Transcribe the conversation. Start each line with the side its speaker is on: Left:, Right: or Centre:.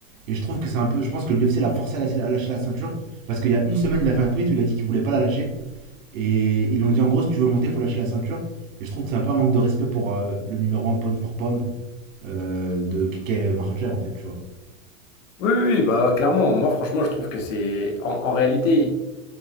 Right: Et je trouve que c'est un peu. Je pense que l'UFC l'a forcé à lâcher, à lâcher la ceinture parce qu'il y a une semaine, il a fait un tweet où il a dit qu'il voulait pas la lâcher. Et ils lui ont dit en gros, si tu veux monter, il faut lâcher la ceinture. Et je trouve que c'est un peu un manque de respect pour euh, le numéro un pound for pound euh, de Kike Makhachev en fait, tu vois.
Left: Oui, oui, oui, bah clairement, moi franchement je trouve que c'est... En, en réalité,